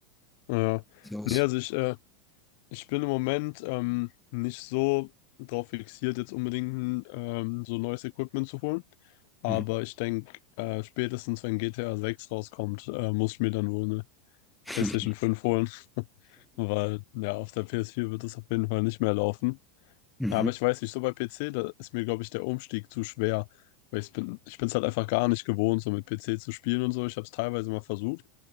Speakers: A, on the left; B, in the centre.
A: Ja.
B: so aus?
A: Nee, also ich, äh, ich bin im Moment ähm, nicht so drauf fixiert, jetzt unbedingt ähm, so neues Equipment zu holen. Aber
B: Mhm.
A: ich denke, äh, spätestens wenn GTA 6 rauskommt, äh, muss ich mir dann wohl eine
B: <laughs>
A: PlayStation 5 holen. <laughs> Weil, ja, auf der PS4 wird es auf jeden Fall nicht mehr laufen.
B: Mhm.
A: Aber ich weiß nicht, so bei PC, da ist mir, glaube ich, der Umstieg zu schwer. Weil ich bin, ich bin es halt einfach gar nicht gewohnt, so mit PC zu spielen und so. Ich habe es teilweise mal versucht,